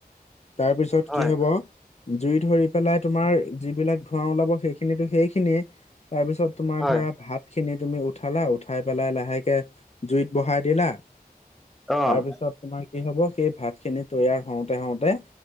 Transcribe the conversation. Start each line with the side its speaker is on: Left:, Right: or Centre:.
Left: তাৰ পিছত
Centre: হয়,
Left: কি হ'ব জুই ধৰি পেলাই তোমাৰ যিবিলাক ধোঁৱা ওলাব। সেইখিনি সেইখিনিয়ে তাৰ পিছত তোমাৰ
Centre: হয়,
Left: ধৰা ভাত। খিনি তুমি উঠালা উঠাই পেলাই লাহেকে জুইত বহাই দিলা।
Centre: অ',
Left: তাৰ পিছত তোমাৰ কি হব সেই ভাত খিনি তৈয়াৰ হওঁতে হওঁতে।